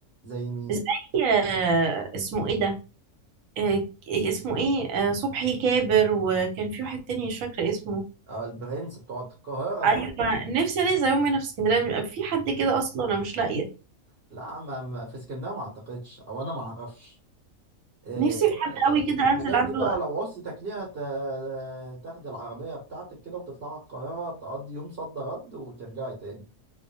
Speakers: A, on the right; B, on the right.
A: زي مين؟
B: زي آه، اسمه ايه ده آه، اسمه ايه آه، صبحي كابر وكان في واحد تاني مش فاكره اسمه
A: أه البرنس بتوع القاهرة دول
B: ايوه نفسي الاقي زيهم هنا في اسكندريه بيبقى في حد كده اصلا انا مش لاقيه
A: لا ما ما- في اسكندريه ما اعتقدش او انا ما اعرفش إيه،
B: نفسي
A: إيه،
B: في حد قوي كده
A: الحاجات
B: انزل عنده
A: دي بقى لو عوزت ليها ت- تاخد العربيه بتاعتك كده وتطلع القاهره تقضي يوم صد رد وترجعي تاني